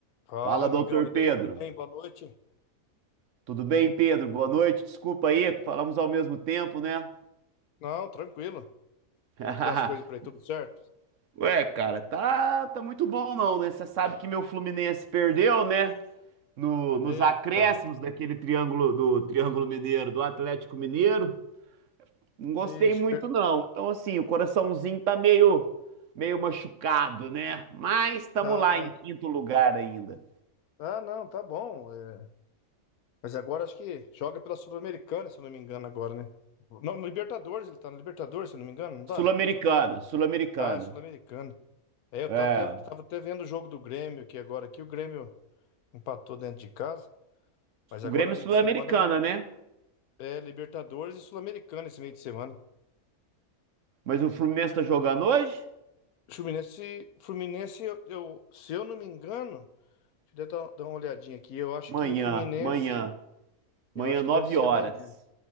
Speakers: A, on the left; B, on the right.
A: Fala,
B: Fala,
A: amigão.
B: doutor
A: E
B: Pedro.
A: daí, tudo bem? Boa noite.
B: Tudo bem, Pedro? Boa noite. Desculpa aí, falamos ao mesmo tempo, né?
A: Não, tranquilo.
B: <laughs>
A: Como é que tá as coisas por aí? Tudo certo?
B: Ué, cara, tá, tá muito bom não, né? Você sabe que meu Fluminense perdeu, né? No, nos
A: Eita.
B: acréscimos daquele triângulo do Triângulo Mineiro, do Atlético Mineiro. Não gostei
A: Ixi,
B: muito
A: per...
B: não. Então assim, o coraçãozinho tá meio meio machucado, né? Mas estamos
A: Ai.
B: lá em quinto lugar ainda.
A: Ah, não, tá bom. é. Mas agora acho que joga pela Sul-Americana, se eu não me engano, agora, né? Não, no Libertadores, ele tá no Libertadores, se eu não me engano, não
B: Sul-Americana,
A: tá?
B: Sul-Americana.
A: Ah, é Sul-Americana. É, eu
B: É,
A: tava até, tava até vendo o jogo do Grêmio aqui agora, aqui o Grêmio empatou dentro de casa, mas
B: o
A: agora
B: Grêmio
A: meio
B: é Sul-Americana,
A: de semana é, li-
B: né?
A: é Libertadores e Sul-Americana esse meio de semana.
B: Mas o Fluminense tá jogando hoje?
A: Fluminense, Fluminense, eu, eu- se eu não me engano, deixa eu dar, dar uma olhadinha aqui. Eu acho
B: Manhã,
A: que o Fluminense,
B: manhã, manhã,
A: eu acho
B: 9
A: que deve ser
B: horas.
A: amanhã.